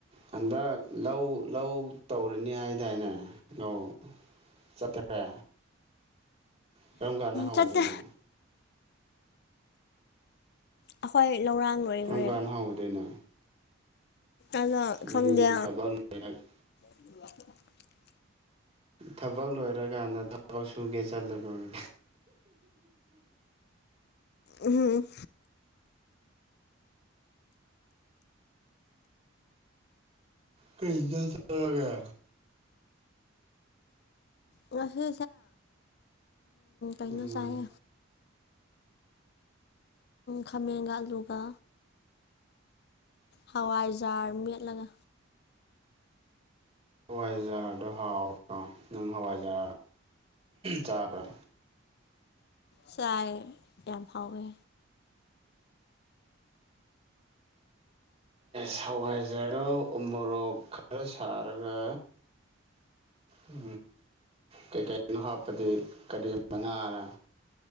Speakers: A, on the right; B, on the left.
A: ꯍꯟꯗꯛ ꯂꯧ ꯂꯧ ꯇꯧꯔꯅꯤ ꯍꯥꯏꯗꯥꯏꯅꯦ ꯑꯧ ꯆꯠꯇꯔꯦ ꯀꯔꯝ ꯀꯥꯟꯗ ꯍꯧꯗꯣꯏꯅꯣ
B: ꯆꯠꯇꯦ ꯑꯈꯣꯏ ꯂꯧꯔꯥꯡ ꯂꯣꯏꯈ꯭ꯔꯦ
A: ꯀꯔꯝ ꯀꯥꯟꯗ ꯍꯧꯗꯣꯏꯅꯣ
B: ꯑꯗꯣ
A: ꯃꯤ
B: ꯈꯪꯗꯦ
A: ꯊꯥꯕꯛ <unintelligible>
B: <inaudible>
A: ꯊꯕꯛ ꯂꯣꯏꯔꯀꯥꯟꯗ ꯑꯣ ꯁꯨꯝ ꯀꯦꯁꯟꯅꯕꯅꯤ
B: ꯎꯝ
A: ꯀꯩꯗ ꯆꯒ
B: ꯉꯁꯦ ꯀꯩꯅꯣ
A: ꯎꯝ
B: ꯆꯥꯏ ꯈꯥꯃꯦꯟꯒꯂꯨꯒ ꯍꯋꯥꯏꯖꯥꯔ ꯃꯦꯠꯂꯒ
A: ꯍꯋꯥꯏꯖꯥꯗꯣ ꯍꯥꯎꯠꯇ꯭ꯔꯣ ꯅꯪ ꯍꯋꯥꯏꯖꯥ ꯆꯥꯕ꯭ꯔꯥ
B: ꯆꯥꯏ ꯌꯥꯝ ꯍꯥꯎꯋꯦ
A: ꯁꯋꯥꯏꯖꯔꯣ ꯎ ꯃꯣꯔꯣꯛ ꯈꯔ ꯁꯥꯔꯒ ꯎ ꯀꯩꯀꯩꯅꯣ ꯍꯥꯞꯄꯗꯤ ꯀꯔꯤ ꯃꯉꯥꯔ